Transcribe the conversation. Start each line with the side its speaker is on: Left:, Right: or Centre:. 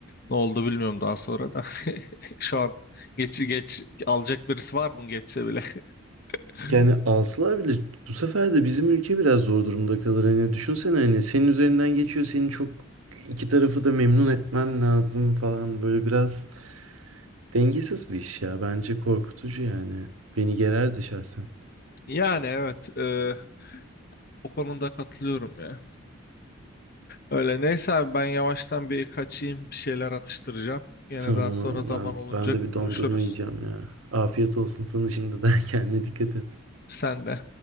Left: ne oldu bilmiyorum daha sonra da. <laughs> Şu an geç geç alacak birisi var mı geçse bile. <laughs>
Right: Yani alsalar bile bu sefer de bizim ülke biraz zor durumda kalır. Hani düşünsene hani senin üzerinden geçiyor. senin çok iki tarafı da memnun etmen lazım falan. Böyle biraz Dengesiz bir iş ya. Bence korkutucu yani. Beni gererdi şahsen.
Left: Yani evet e, o konuda katılıyorum ya. Öyle neyse abi ben yavaştan bir kaçayım bir şeyler atıştıracağım. Yine
Right: Tamam
Left: daha sonra
Right: abi,
Left: zaman
Right: ben
Left: olunca
Right: ben de bir
Left: konuşuruz.
Right: dondurma yiyeceğim ya. Afiyet olsun sana şimdiden <laughs> kendine dikkat et.
Left: Sen de.